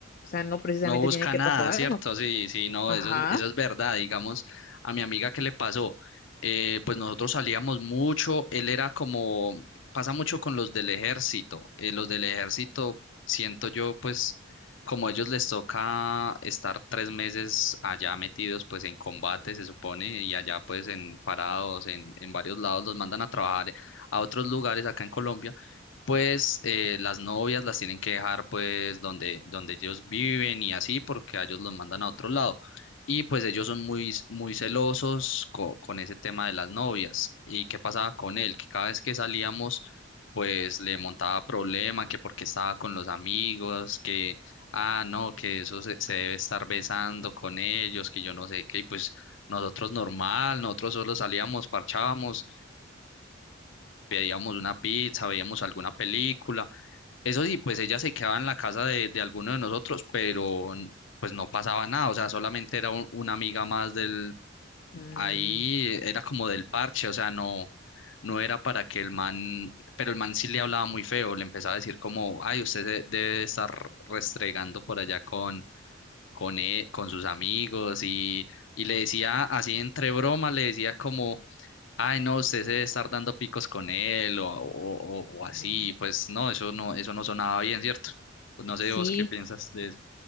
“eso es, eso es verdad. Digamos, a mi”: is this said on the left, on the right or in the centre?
Left